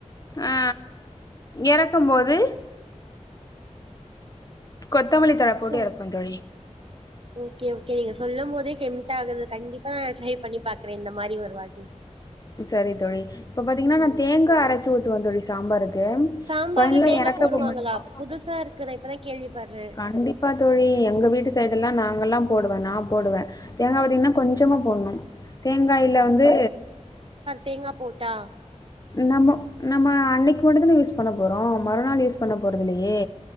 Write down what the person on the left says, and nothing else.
ஆ எறக்கும் போது கொத்தமல்லி தழ போட்டு
எறக்குவே தோழி
சரித் தொழி இப்ப பாத்திங்கன்னா
நா தேங்கா அரச்சு ஊத்துவ தொழி சாம்பாருக்கு
ஃபைனலா
எறக்கப்போம்
போது
கண்டிப் பாத்தோழி எங்க வீட்டு சைடுல்லா நாங்கல்லா போடுவே நா போடுவே தேங்கா பாத்திங்கன்னா கொஞ்சமா போடணு தேங்காயில வந்து
நம்மொ நம்ம அன்னக்கி மட்டுந்தான யூஸ் பண்ண போறோ மறுநாள் யூஸ் பண்ண போறதில்லையே